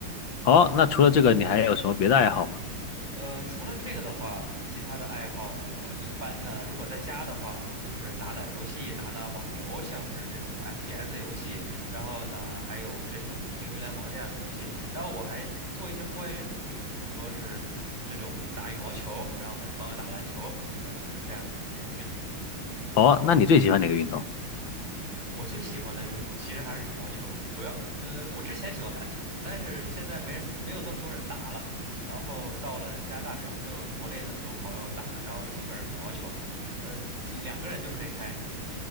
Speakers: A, on the left; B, on the right.
A: 哦，那除了这个，你还有什么别的爱好吗？
B: 呃，除了这个的话，其他的爱好我一般呢，如果在家的话，我就是打打游戏，打打网游，像是这种 FPS 游戏，然后呢，还有这种英雄联盟这样的游戏，然后我还做一些户外运动，就比如说是这种打羽毛球，然后跟朋友打篮球，基本上是这样的一些运动。
A: 哦，那你最喜欢哪个运动？
B: 我最喜欢的运动其实还是羽毛球，主要呃，我之前喜欢篮球的，但是现在没人没有这么多人打了，然后到了加拿大这边没有国内这么多朋友打，然后基本上羽毛球吧，呃，几两个人就可以开